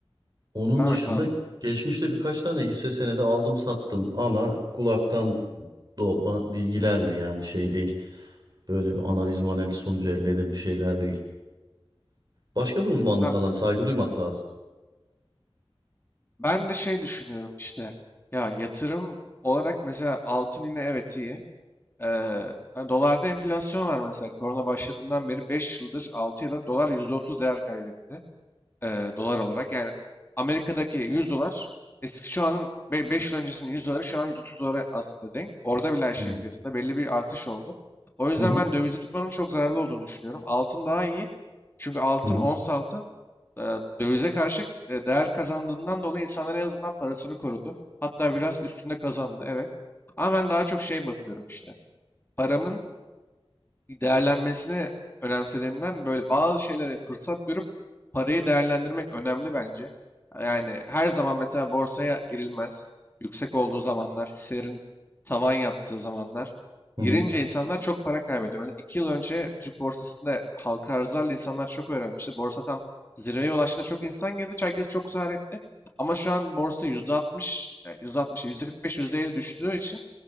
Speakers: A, on the right (about 45°); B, on the left (about 25°).
A: onun
B: Devam
A: dışında
B: et abi.
A: geçmişte birkaç tane hisse senedi aldım sattım ama kulaktan dolma bilgilerle yani şey değil. Böyle bir analiz analiz sonucu elde edilen bir şeyler değil. Başka bir uzmanlık
B: Ha
A: alanı saygı duymak lazım.
B: Ben de şey düşünüyorum işte ya yatırım olarak mesela altın yine evet iyi. Ee, hani dolarda enflasyon var mesela korona başladığından beri 5 yıldır 6 yıldır dolar %30 değer kaybetti eee, dolar olarak. Yani Amerika'daki 100 dolar eski şu anın 5 yıl öncesinin 100 doları şu an 130 dolara aslında denk. Orada bile her şeyin
A: Hı
B: fiyatında belli bir artış oldu. O yüzden
A: hı hı
B: ben dövizde tutmanın çok zararlı olduğunu düşünüyorum. Altın daha iyi. Çünkü altın,
A: hı
B: ons altın e, dövize karşı e, değer kazandığından dolayı insanlar en azından parasını korudu. Hatta biraz üstünde kazandı, evet. Ama ben daha çok şey bakıyorum işte. Paramın değerlenmesini önemsediğimden böyle bazı şeylere fırsat görüp parayı değerlendirmek önemli bence. Yani her zaman mesela borsaya girilmez. Yüksek olduğu zamanlar, hisselerin tavan yaptığı zamanlar.
A: hı hı.
B: Girince insanlar çok para kaybediyor. Mesela iki yıl önce Türk borsasında halka arzlarla insanlar çok öğrenmişti. Borsa tam zirveye ulaştığında çok insan girdi. Herkes çok zarar etti. Ama şu an borsa %60, yani yüzde altmış, yüzde kırk beş, yüzde elli düştüğü için